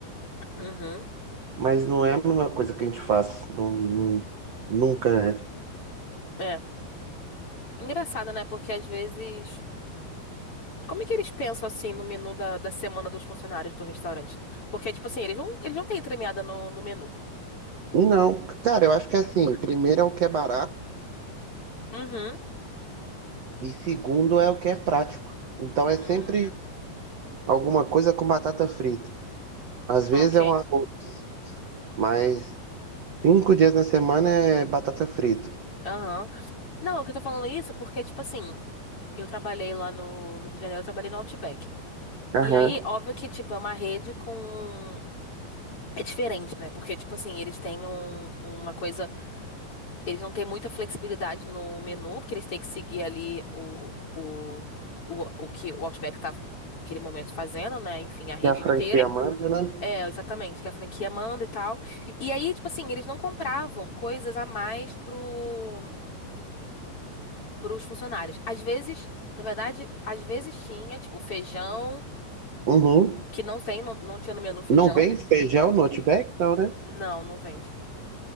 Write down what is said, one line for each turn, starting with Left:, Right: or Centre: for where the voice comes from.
Left: Uhum.
Right: Mas não é uma coisa que a gente faz. Não, não- nunca é.
Left: É. Engraçado, né? Porque às vezes Como é que eles pensam assim no menu da, da semana dos funcionários do restaurante? Porque, tipo assim, eles não, eles não têm entremeada no, no menu.
Right: Não, cara, eu acho que é assim, primeiro é o que é barato
Left: Uhum.
Right: e segundo é o que é prático. Então é sempre
Left: Hum,
Right: alguma coisa com batata frita. Às vezes
Left: ok.
Right: é um arroz, mas cinco dias na semana é batata frita.
Left: Aham. Não, o que eu tô falando é isso porque, tipo assim, eu trabalhei lá no, no Rio de Janeiro, eu trabalhei no Outback.
Right: Aham.
Left: E aí, óbvio que, tipo, é uma rede com. É diferente, né? Porque, tipo assim, eles têm um, uma coisa. Eles não têm muita flexibilidade no menu, porque eles têm que seguir ali o, o, o, o que o Outback tá naquele momento fazendo, né? Enfim, a rede
Right: E a
Left: inteira.
Right: franquia manda, né?
Left: É, exatamente, que a franquia manda e tal. E aí, tipo assim, eles não compravam coisas a mais pro, pros funcionários. Às vezes, na verdade, às vezes tinha, tipo, feijão,
Right: Uhum.
Left: que não tem, não, não tinha no menu feijão.
Right: Não vende feijão no Outback, não, né?
Left: Não, não vende.